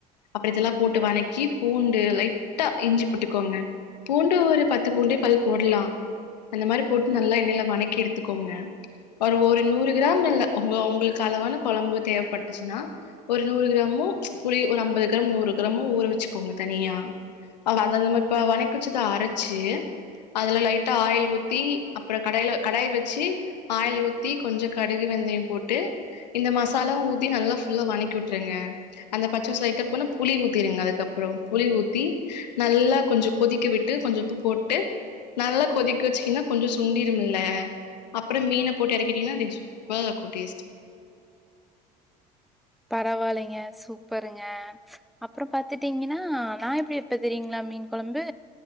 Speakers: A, on the left; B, in the centre.
A: அப்ற இதெல்லா போட்டு வணக்கி பூண்டு லைட்டா இஞ்சி போட்டுக்கோங்க பூண்டு ஒரு பத்து பூண்டு பல் போட்லா அந்த மாரி போட்டு நல்லா எண்ணைல வணக்கி எடுத்துக்கோங்க ஒரு ஒரு நூறு கிராம் இல்ல உங்க உங்களுக்கு அளவான கொழம்பு தேவப்பட்டுச்சின்னா ஒரு நூறு கிரா மு, புளி ஒரு அம்பது கிராம் நூறு கிராமு ஊற வச்சுக்கோங்க தனியா அத நம்ப இப்ப வணக்கி வச்சத அரைச்சி அதுல லைட்டா ஆயில் ஊத்தி அப்ற கடாய்ல கடாய் வச்சி ஆயில் ஊத்தி கொஞ்ச கடுகு, வெந்தயம் போட்டு இந்த மசாலாவு ஊத்தி நல்லா ஃபுல்லா வணக்கி வுட்டுருங்க அந்த பச்ச வாசோ லைட்டா போன புளி ஊத்திருங்க அதுக்கப் அப்றோ புளி ஊத்தி நல்லா கொஞ்சோ கொதிக்க விட்டு கொஞ்சோ உப்பு போட்டு நல்லா கொதிக்க வச்சிங்கனா கொஞ்சோ சுண்டிரூம்ல்ல அப்றோ மீன போட்டு எறக்கிட்டீங்கனா அது சூப்பரா இருக்கு டேஸ்ட்
B: பரவால்லைங்க சூப்பருங்க, அப்றோ பாத்துட்டீங்கனா நா எப்டி வப்ப தெரியுங்ளா? மீன் கொ கொழம்பு